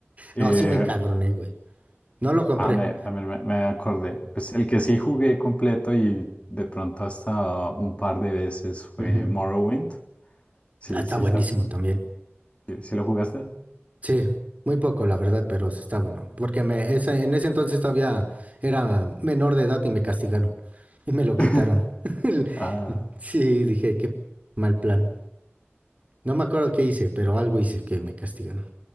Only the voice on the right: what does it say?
No, sí me encabroné, güey. No lo compré.
Ujú.
Ah, Está
buenísimo
también.
Sí, muy poco, la verdad, pero sí está bueno. Porque me, ese- en ese entonces todavía era menor de edad y me castigaron y me lo quitaron.
<laughs>
Sí, dije, qué mal plan. No me acuerdo qué hice, pero algo hice que me castigaron.